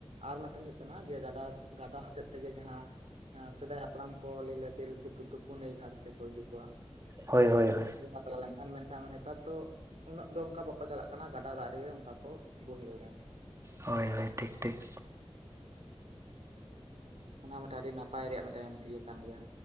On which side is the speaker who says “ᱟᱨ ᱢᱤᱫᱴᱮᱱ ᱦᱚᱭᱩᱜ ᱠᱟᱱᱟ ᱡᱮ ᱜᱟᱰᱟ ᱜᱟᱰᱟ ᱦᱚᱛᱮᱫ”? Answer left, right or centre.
Right